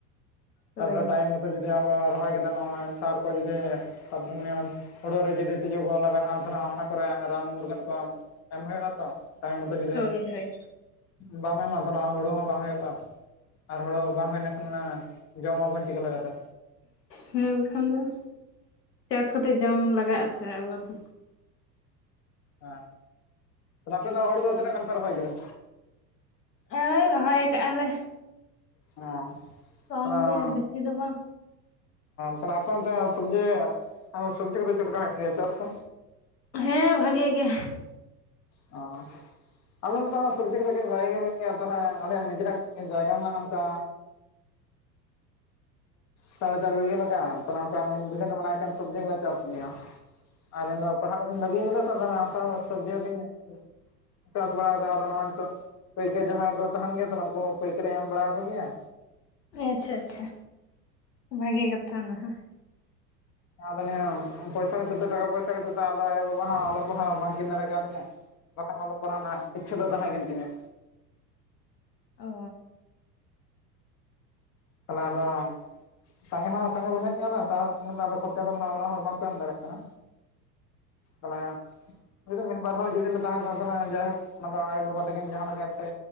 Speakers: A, on the left (about 75°); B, on the left (about 30°).
A: ᱦᱳᱭ
B: ᱛᱟᱯᱚᱨᱮ ᱴᱟᱭᱤᱢ ᱢᱚᱛᱚ ᱡᱩᱫᱤ ᱟᱵᱚ ᱨᱚᱦᱚᱭ ᱠᱮᱫᱟᱜᱚᱭ ᱥᱟᱨ ᱠᱚ ᱡᱩᱫᱤ ᱛᱚᱨᱼᱼ ᱦᱩᱲᱳ ᱨᱮ ᱡᱩᱫᱤ ᱛᱤᱡᱩ ᱠᱚ ᱞᱟᱜᱟᱜᱼᱟ ᱛᱟᱦᱚᱞᱮ ᱚᱱᱟ ᱠᱚᱨᱮ ᱨᱟᱱ ᱢᱩᱨᱜᱟᱹᱱ ᱠᱚ ᱮᱢ ᱦᱩᱭᱩᱜᱼᱟ ᱛᱚ ᱴᱟᱭᱤᱢ ᱢᱚᱛᱚ ᱡᱩᱫᱤᱼᱼ
A: ᱦᱳᱭ ᱦᱳᱭ
B: ᱵᱟᱢ ᱮᱢᱟ ᱟᱫᱚ ᱱᱚᱜ ᱚᱭ ᱦᱳᱲᱩ ᱦᱚᱸ ᱵᱟᱝ ᱦᱩᱭᱩᱜᱼᱟ ᱟᱨ ᱦᱩᱲᱳ ᱵᱟᱝ ᱦᱩᱭ ᱞᱮᱠᱷᱟᱱ ᱚᱱᱟᱼᱼ ᱡᱚᱢ ᱟᱵᱚᱱ ᱪᱤᱠᱟᱹ ᱞᱮᱠᱟ ᱛᱮ᱾
A: ᱦᱮᱸ ᱵᱟᱠᱷᱟᱱ ᱫᱚ ᱪᱟᱥ ᱠᱟᱛᱮ ᱡᱚᱢ ᱞᱟᱜᱟᱜᱼᱟ ᱥᱮ ᱟᱵᱚ ᱫᱚ
B: ᱦᱮᱸ ᱛᱟᱦᱚᱞᱮ ᱟᱯᱮ ᱫᱚ ᱦᱚᱲ ᱫᱚ ᱛᱤᱱᱟᱹᱜ ᱜᱟᱱ ᱯᱮ ᱨᱚᱦᱚᱭ ᱠᱮᱫᱟ?
A: ᱟ. ᱭ ᱨᱚᱦᱚᱭ ᱨᱚᱦᱚᱭ ᱠᱟᱜ ᱟᱞᱮ
B: ᱦᱮᱸ
A: ᱠᱚᱢ
B: ᱛᱟᱦᱚᱞᱮ
A: ᱜᱮᱭᱟ ᱵᱮᱥᱤ ᱫᱚ ᱵᱟᱝ,
B: ᱛᱟᱦᱚᱞᱮ ᱟᱯᱮ ᱚᱱᱛᱮ ᱥᱚᱵᱡᱤ ᱥᱚᱵᱡᱤ ᱠᱚᱫᱚ ᱦᱩᱭᱩᱜ ᱜᱮᱭᱟ ᱪᱟᱥ ᱠᱚ?
A: ᱦᱮᱸ ᱵᱷᱟᱜᱮ ᱜᱮ
B: ᱚᱸᱻ ᱟᱞᱮ ᱱᱚᱲᱮ ᱫᱚ ᱦᱟᱸᱜ ᱥᱚᱵᱽᱡᱤ ᱠᱚᱫᱚ ᱠᱟᱹᱡ ᱵᱷᱟᱜᱮ ᱜᱮ ᱦᱩᱭᱩᱜ ᱜᱮᱭᱟ ᱛᱟᱦᱟᱞᱮ ᱟᱞᱮᱭᱟᱜ ᱱᱤᱡᱮᱨᱟᱜ ᱡᱟᱭᱜᱟ ᱢᱮᱱᱟᱜᱼᱟ ᱚᱱᱠᱟᱼᱼ ᱥᱟᱲᱮ ᱪᱟᱨ ᱵᱤᱜᱷᱟᱹ ᱞᱮᱠᱟ ᱛᱟᱦᱞᱮ ᱚᱱᱠᱟ ᱢᱤᱫ ᱵᱤᱜᱷᱟᱹ ᱫᱚ ᱢᱟᱱᱮ ᱮᱠᱷᱮᱱ ᱥᱚᱵᱽᱡᱤ ᱜᱮᱸᱞᱮ ᱪᱟᱥ ᱜᱮᱭᱟ᱾ ᱟᱨ ᱤᱧ ᱫᱚ ᱯᱟᱲᱦᱟᱜ ᱠᱟᱛᱮᱧ ᱵᱟᱹᱜᱤ ᱟᱠᱟᱫᱟ ᱛᱚ ᱟᱫᱟ ᱚᱱᱟ ᱚᱱᱠᱟ ᱥᱚᱵᱽᱡᱤ ᱠᱚᱜᱤᱧᱼᱼ ᱪᱟᱥ ᱵᱟᱲᱣᱫᱟ ᱟᱫᱚ ᱱᱚᱜᱼᱚᱭ ᱱᱤᱛᱟᱜᱼᱼ ᱯᱟᱹᱭᱠᱟᱹᱨᱤ ᱡᱟᱦᱟᱸᱭ ᱠᱚ ᱛᱟᱦᱮᱱ ᱜᱮᱭᱟ ᱠᱚ ᱩᱱᱠᱩ ᱯᱟᱹᱭᱠᱟᱹᱨᱤᱧ ᱮᱢ ᱵᱟᱲᱟᱣ ᱟᱠᱚ ᱜᱮᱭᱟ
A: ᱦᱮᱸ ᱟᱪᱪᱷᱟ ᱟᱪᱪᱷᱟ ᱵᱷᱟᱜᱮ ᱠᱟᱛᱷᱟ ᱚᱱᱟᱦᱚᱸ᱾
B: ᱟᱫᱚ ᱱᱤᱭᱟᱹ ᱯᱚᱭᱥᱟ ᱠᱷᱟᱹᱛᱤᱨ ᱛᱮ ᱴᱟᱠᱟ ᱯᱚᱭᱥᱟ ᱠᱷᱟᱹᱛᱤᱨ ᱛᱮ ᱟᱫᱚ ᱟᱭᱚᱼᱵᱟᱵᱟ ᱦᱚᱸ ᱚᱞᱚᱜ ᱯᱟᱲᱦᱟᱣ ᱵᱟᱝ ᱠᱤᱱ ᱫᱟᱲᱮ ᱠᱟᱣᱫᱤᱧᱟ᱾ ᱵᱟᱠᱷᱟᱱ ᱚᱞᱚᱜ ᱯᱟᱲᱦᱟᱣ ᱨᱮᱱᱟᱜ ᱤᱪᱷᱷᱟᱹ ᱫᱚ ᱛᱟᱦᱮᱸᱠᱟᱱ ᱛᱤᱧᱟᱹ᱾
A: ᱚᱻ
B: ᱠᱟᱱᱟ ᱟᱫᱚ <inaudible> ᱥᱟᱸᱜᱮ ᱦᱚᱸ ᱥᱟᱸᱜᱮ ᱵᱚᱭᱦᱟᱜ ᱜᱮᱭᱟᱞᱮ ᱛᱟᱨ ᱩᱱᱟᱜ ᱫᱚ ᱟᱫᱚ ᱠᱷᱚᱨᱪᱟ ᱫᱚ ᱢᱟᱱᱮ ᱚᱲᱟᱜ ᱦᱚᱲ ᱵᱟᱝᱠᱚ ᱮᱢ ᱫᱟᱲᱮᱭᱟᱜ ᱠᱟᱱᱟ᱾ ᱛᱟᱦᱞᱮᱼᱼ ᱡᱩᱫᱤ ᱢᱤᱫ ᱵᱟᱨ ᱦᱚᱲ ᱡᱩᱫᱤ ᱞᱮ ᱛᱟᱦᱮᱸ ᱠᱚᱜᱼᱟ ᱛᱟᱦᱚᱞᱮ ᱡᱟᱭᱦᱳᱠ ᱚᱱᱟ ᱫᱚ ᱟᱭᱳ ᱵᱟᱵᱟ ᱛᱟᱹᱠᱤᱱ ᱡᱟᱦᱟᱸ ᱛᱮ